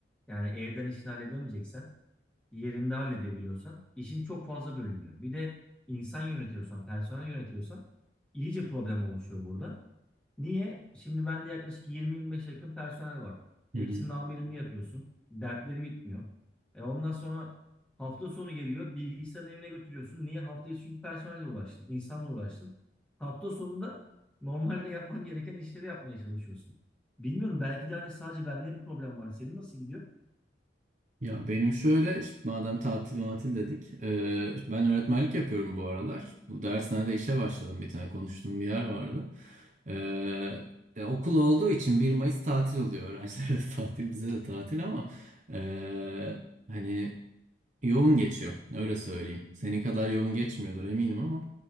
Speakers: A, in the centre; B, on the right (about 40°).
A: yani evden işini halledemeyeceksen, yerinde halledebiliyorsan, işin çok fazla bölünüyor. Bir de insan yönetiyorsan, personel yönetiyorsan iyice problem oluşuyor burada. Niye? Şimdi bende yaklaşık 20-25'e yakın personel var. Hepsinin
B: hı.
A: amirliğini yapıyorsun. Dertleri bitmiyor. E ondan sonra hafta sonu geliyor. Bilgisayarın evine götürüyorsun. Niye? Hafta içi çünkü personelle uğraştın. insanla uğraştın. Hafta sonunda normalde yapman gereken işleri yapmaya çalışıyorsun. Bilmiyorum belki de hani sadece bende mi problem var? Senin nasıl gidiyor?
B: Ya benim şöyle şimdi madem tatil matil dedik eee, ben öğretmenlik yapıyorum bu aralar. Bu dershanede işe
A: Hı hı.
B: başladım bir tane konuştuğum bir yer vardı. Eee, e, okul olduğu için bir Mayıs tatil oluyor. Öğrencilere de <laughs> tatil bize de tatil ama eee, hani Yoğun geçiyor, öyle söyleyeyim. Senin kadar yoğun geçmiyordur eminim ama.